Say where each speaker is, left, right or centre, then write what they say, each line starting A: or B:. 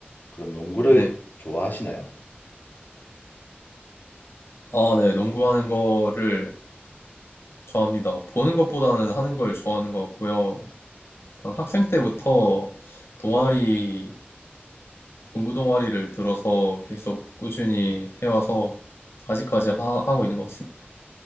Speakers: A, on the left (about 45°); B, on the left (about 80°).
A: 그럼 농구를
B: 네.
A: 좋아하시나요?
B: 아, 네. 농구하는 거를 좋아합니다. 보는 것보다는 하는 걸 좋아하는 것 같고요. 약간 학생 때부터 동아리, 농구 동아리를 들어서 계속 꾸준히 해와서 아직까지 하, 하고 있는 것 같습니다.